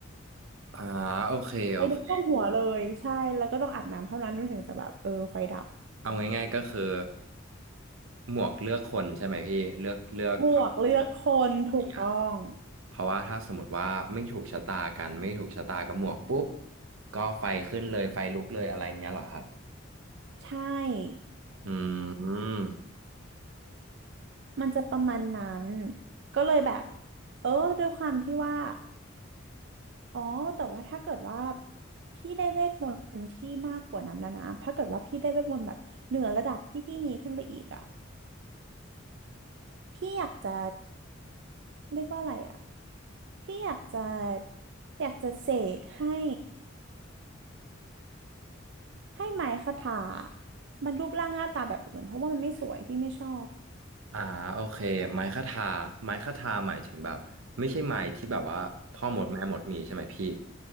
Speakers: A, on the right; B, on the right.
A: อ่าโอเคโอเค
B: ไฟลุกท่วมหัวเลยใช่แล้วก็ต้องอาบน้ำเท่านั้นมันถึงจะแบบเออไฟดับ
A: เอาง่ายๆก็คือหมวกเลือกคนใช่ไหมพี่เลือกเลือกเพราะ
B: หมวกเลือกคนถูกต้อง
A: อย่างเงี้ยเพราะว่าถ้าสมมติว่าไม่ถูกชะตากันไม่ถูกชะตากับหมวกปุ๊บก็ไฟขึ้นเลยไฟลุกเลยอะไรเงี้ยเหรอครับ
B: ใช่
A: อืม
B: มันจะประมาณนั้นก็เลยแบบเออด้วยความที่ว่าอ๋อแต่ว่าถ้าเกิดว่าพี่ได้เวทมนต์ที่มากกว่านั้นนะนะถ้าเกิดว่าพี่ได้เวทมนต์แบบเหนือระดับที่พี่มีขึ้นไปอีกอ่ะพี่อยากจะเรียกว่าอะไรอ่ะ พี่อยากจะอยากจะเสกให้ให้ไม้คทามันรูปร่างหน้าตาแบบอื่นเพราะว่ามันไม่สวยพี่ไม่ชอบ
A: อ่าโอเคไม้คทาไม้คทาหมายถึงแบบไม่ใช่ไม้ที่แบบว่าพ่อหมดแม่หมดมีใช่ไหมพี่